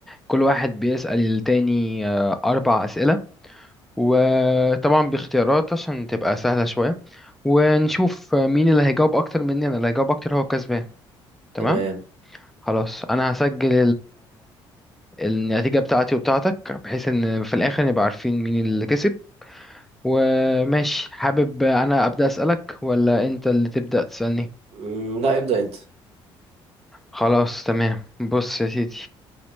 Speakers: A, in the centre; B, on the right.
A: كل واحد بيسأل التاني آه أربع أسئلة وطبعا باختيارات عشان تبقى سهلة شوية ونشوف مين اللي هيجاوب أكتر مني أنا اللي هيجاوب أكتر هو كسبان تمام
B: تمام
A: خلاص أنا هسجل النتيجة بتاعتي وبتاعتك بحيث ان في الاخر نبقى عارفين مين اللي كسب وماشي حابب انا ابدأ اسألك ولا انت اللي تبدأ تسألني
B: مم، لا ابدأ انت
A: خلاص تمام بص يا سيدي